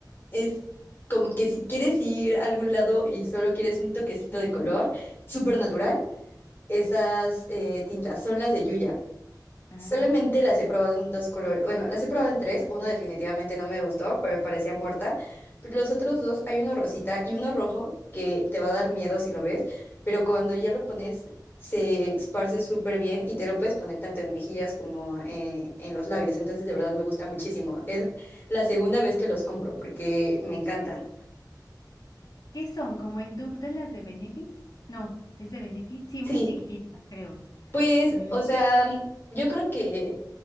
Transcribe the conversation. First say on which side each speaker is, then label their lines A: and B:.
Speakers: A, on the left (about 30°); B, on the left (about 55°).
A: Es como que si quieres ir a algún lado y solo quieres un toquecito
B: Ujú.
A: de color, súper natural, esas eh, tintas son las de Yuya.
B: Ah,
A: Solamente las he probado en dos colores. Bueno, las he probado en tres. Una definitivamente no me gustó, pero me parecía muerta. Pero los otros dos, hay uno rosita y uno rojo que te va a dar miedo si lo ves, pero cuando ya lo pones, se esparce súper bien y te lo puedes poner tanto en mejillas como eh, en los labios. Entonces, de verdad me gusta muchísimo. Es la segunda vez que los compro porque me encantan.
B: ¿qué son? ¿Como el dupe de las de Benefit? No, ¿es de Benefit? Sí, una
A: Sí,
B: chiquitita, creo.
A: pues,
B: Mm,
A: o sea, mm, yo creo que